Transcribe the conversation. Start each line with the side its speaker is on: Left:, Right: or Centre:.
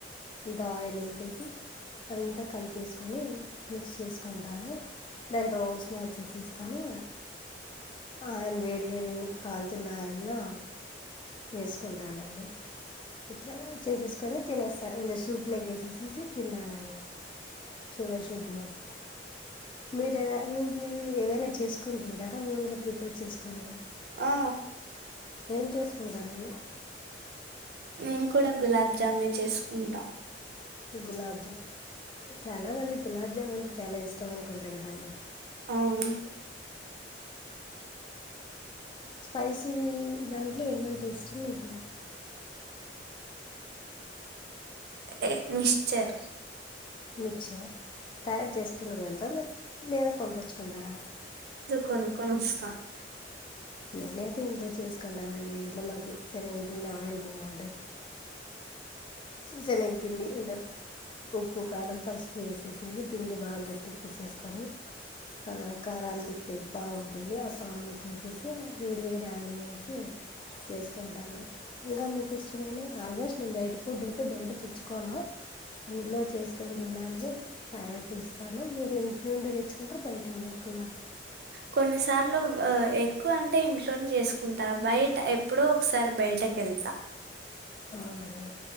Left: అంతా ఆయిల్ ఎసేసి అంతా కలిపేసు కోనీ మిక్స్ చేసుకుంటాను. దాన్ని రౌండ్స్ మార్చేసేసుకొని ఆయిల్ వేడివేడి కాలుతున్న ఆయిల్లో వేసుకుంటానండి. ఇట్లా చేసేసుకొని తినేస్తారు ఇంద సూప్ లేగేసేసిసి తిండాలండి. శుగర్శు గుడ్ లక్ మీరుచేయ్ మీకు ఏవైనా చేసుకొని తింటారా ఓన్గా ప్రిపేర్ చేసుకొని
Right: ఆ
Left: ఏం చేసుకుంటారండి.
Right: నేను కూడా గులాబ్ జామే చేసుకుంటా
Left: గులాబ్ జామ్ చాలా మందికి గులాబ్ జామ్ అంటే చాలా ఇష్ ఇష్టం అనుకుంట కదండి.
Right: అవును.
Left: స్పైసీ దాంట్లో ఏమన్న టేస్ట్ ఉన్నదా
Right: ఏ మిచ్చర్
Left: మిచ్చే తయారు చేసుకుని వెళ మీరు లేదా కొనుకొచ్చుకున్నార
Right: కొనుక్కోనొస్తా
Left: నేనైతే ఎంజాయ్ చేసుకుంటాన నేను నమ్మాగీ శనగపిండి అవైలబుల్ న్ శనగపిండి ఇంత ఉప్పు కారం పసుపు వేసి వేసేది పిండి బాగ్ గట్టిగా తీసేసుకొని ఆ కారాలు తిప్పేది పావు ఉంటుంది ఆ పావులేకేసేసి వేడి వేడి ఆయిల్లో వేసి చేసుకుంటాను ఇంకా మీకు ఇష్టమైన ఆల్మోస్ట్ నేన్ బయట ఫుడ్ అయితే బైట తెచ్చుకోను ఇంట్లో చేసుకోని తినడానికి ప్రయారిటీ ఇస్తాను మీరు ఇంటి నుండి తెచ్చుకు ట్రూ బయటేనా ఎక్కువగా
Right: కొన్నిసార్లు ఎక్కువ అంటే ఇంట్లోనే చేసుకుంటా బయట ఎప్పుడో ఒకసారి బయటకెళ్తా
Left: అవునా